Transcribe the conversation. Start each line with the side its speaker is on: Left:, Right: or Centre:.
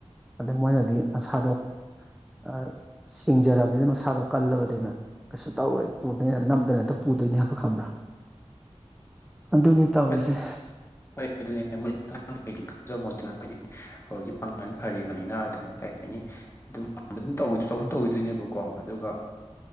Centre: ꯑꯗ ꯃꯣꯏꯅꯗꯤ ꯃꯁꯥꯗꯣ ꯑꯥ ꯁꯤꯡꯖꯔꯕꯅꯤꯅ ꯃꯁꯥꯗꯣ ꯀꯜꯂꯕꯅꯤꯅ ꯀꯩꯁꯨ ꯇꯧꯔꯣꯏ ꯄꯨꯗꯣꯏꯅ ꯅꯝꯗꯅ ꯍꯦꯛꯇ ꯄꯨꯗꯣꯏꯅꯦ ꯍꯥꯏꯕ ꯈꯪꯕ꯭ꯔꯥ
Left: <inaudible>
Centre: ꯑꯗꯨꯅꯤ ꯇꯧꯔꯤꯁꯦ
Left: ꯑꯥ ꯍꯣꯏ ꯑꯗꯨꯅꯦ ꯃꯣꯏ ꯑꯉꯥꯡꯅꯤꯅ ꯈꯪꯖꯄꯣꯟꯇꯦ ꯍꯥꯏꯗꯤ ꯍꯧꯖꯤꯛ ꯄꯥꯡꯒꯟ ꯐꯔꯤꯕꯅꯤꯅ ꯑꯗꯨꯝ ꯀꯩ ꯍꯥꯏꯅꯤ ꯑꯗꯨꯝ ꯗꯨꯝ ꯇꯧꯒꯤ ꯇꯧꯁꯨ ꯇꯧꯒꯤꯗꯣꯏꯅꯦꯕꯀꯣ ꯑꯗꯨꯒ